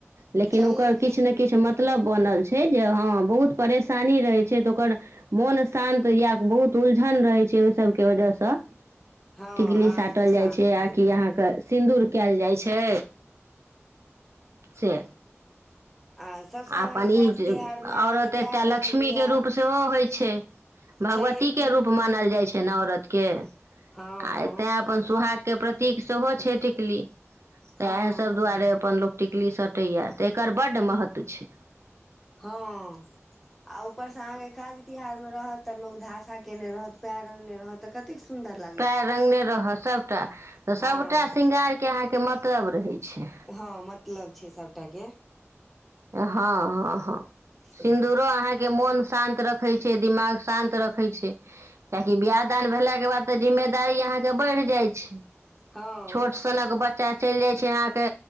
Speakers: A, on the right; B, in the centre.
A: लेकिन
B: छैहे
A: ओकर
B: की
A: किछ ने किछ मतलब बनल छै जे हँ बहुत परेशानी रहैत छै तऽ ओकर मोन शान्त या बहुत उलझन रहैत छै ओहि सभके वजहसँ
B: हँ
A: टिकली
B: अहाँके
A: साटल
B: शान्त
A: जाइ छै
B: भऽ
A: आ कि
B: गेल
A: अहाँके सिन्दूर कयल जाइ छै से
B: आ सभसँ
A: आ
B: अहाँके
A: अपन ई
B: काज
A: जे
B: तिहार मे अहाँके
A: औरते
B: प्यार रंगि
A: लक्ष्मीके
B: लिअ
A: रूप सेहो होइ छै भगवतीके
B: छैहे की
A: रूप मानल जाइ छै न औरत के आ
B: हँ हँ
A: तैं अपन सुहाग के प्रतीक सेहो छै टिकली तऽ
B: हँ
A: इएह सभ
B: हँ
A: दुआरे अपन लोक टिकली सटैया तऽ एकर बड्ड महत्व छै
B: हँ आ ऊपर से अहाँके काज तिहार मे रहत तऽ लोग धासा केने रहत पैर रंगने रहत त कतेक सुंदर लागत
A: पैर रंगने रहत सभटा तऽ
B: हँ
A: सभटा श्रृंगारके अहाँके मतलब रहैत छै
B: हँ मतलब छै सबटा के
A: हँ हँ हँ
B: से
A: सिन्दूरो अहाँके मन शान्त रखे छै दिमाग शान्त रखे छै किआकि बियाह दान भेलाक के बाद तऽ जिम्मेदारी अहाँ के बढ़ि जाइ छै
B: हँ
A: छोट सनक बच्चा बच्चा चलि जाइ छै अहाँके